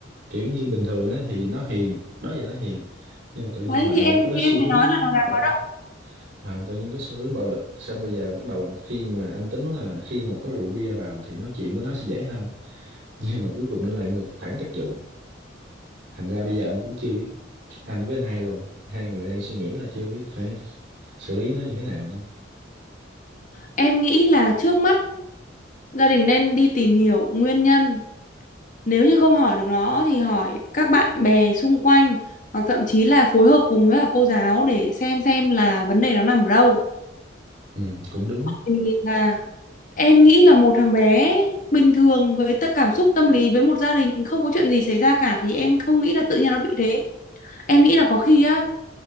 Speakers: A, on the right; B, on the left.
A: kiểu như bình thường á thì nó hiền đó giờ nó hiền nhưng mà tự nhiên
B: đấy
A: lại
B: thì em
A: có
B: thì
A: xu
B: em mới
A: hướng
B: nói là nó đáng
A: bạo
B: báo động
A: à, tự nhiên có xu hướng bạo lực xong bây giờ bắt đầu khi mà anh tính là khi mà có rượu bia vào thì nói chuyện với nó sẽ dễ hơn <laughs> nhưng mà cuối cùng nó lại ngược phản tác dụng thành ra bây giờ anh cũng chưa biết anh với anh hai luôn hai người đang suy nghĩ là chưa biết phải xử lý nó như thế nào nữa
B: em nghĩ là trước mắt gia đình nên đi tìm hiểu nguyên nhân nếu như không hỏi được nó thì hỏi các bạn bè xung quanh hoặc thậm chí là phối hợp cùng với cả cô giáo để xem xem là vấn đề nó nằm ở đâu
A: ừ cũng đúng
B: thì là em nghĩ là một thằng bé bình thường với tất cảm xúc tâm lý với một gia đình không có chuyện gì xảy ra cả thì em không nghĩ là tự nhiên nó bị thế em nghĩ là có khi á